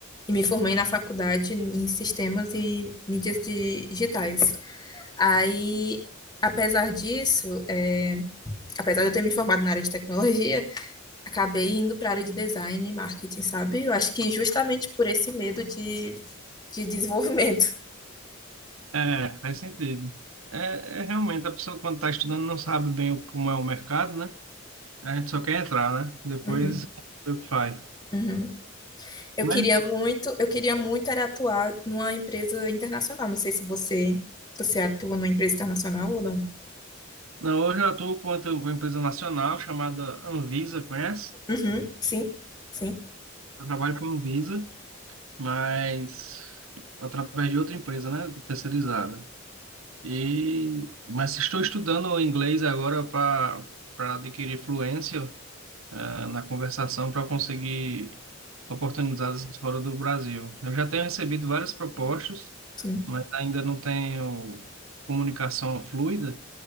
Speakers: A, on the left (about 20°); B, on the right (about 85°).
A: e me formei na faculdade em sistemas e mídias di- digitais. Aí, apesar disso, é, apesar de eu ter me formado na área de tecnologia, acabei indo para a área de design e marketing, sabe? Eu acho que justamente por esse medo de, de desenvolvimento. <laughs>
B: É, faz sentido. É, é realmente, a pessoa quando está estudando não sabe bem o- como é o mercado, né? A gente só quer entrar, né? Depois,
A: Uhum,
B: o que faz.
A: uhum. Eu
B: Mas
A: queria muito, eu queria muito era atuar numa empresa internacional. Não sei se você, você atua numa empresa internacional ou não.
B: Não, hoje eu atuo com outra- uma empresa nacional chamada Anvisa, conhece?
A: Uhum, sim, sim.
B: Eu trabalho com a Anvisa, mas através de outra empresa, né, terceirizada. E mas estou estudando inglês agora para para adquirir fluência eh, na conversação para conseguir oportunidades fora do Brasil. Eu já tenho recebido várias propostas,
A: sim.
B: mas ainda não tenho comunicação fluida.